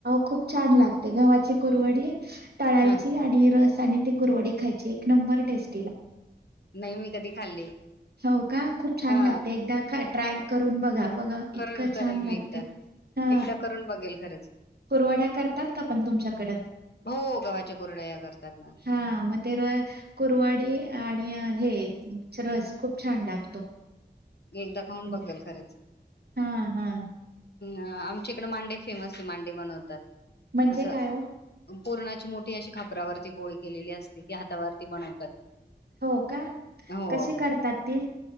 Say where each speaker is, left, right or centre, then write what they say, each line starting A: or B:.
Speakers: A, on the right; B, on the left.
A: खूप छान लागते गव्हाची कुरवडी तळायची
B: हा
A: आणि रसानी ते कुरवडे खायचे एक नंबर एस
B: नाही मी कधी खाल्ली
A: हो का खूप छान
B: हा
A: लागते एकदा खा ट्रायल करून बघा बघा
B: करल
A: इतकं
B: करेल
A: छान लागते.
B: मी एकदा
A: हा
B: एकदा करून बघेल खरंच
A: कुरवड्या करतात का पण तुमच्याकड,
B: हो गव्हाच्या कुरडया करतात ना
A: हा मग ते र कुरवाडी. आणि हेच रस खूप छान लागतो.
B: एकदा खाऊन
A: खायला.
B: बघेल खरंच.
A: हा हा.
B: आमच्याकडे मांडे फेमस आहे मांडे बनव तात,
A: म्हणजे
B: असं.
A: काय हो
B: पुरणाची मोठी अशी खापरावरती गोळी केलेली असते ती हातावरती बनवतात.
A: हो का,
B: हो
A: कशी करतात ती.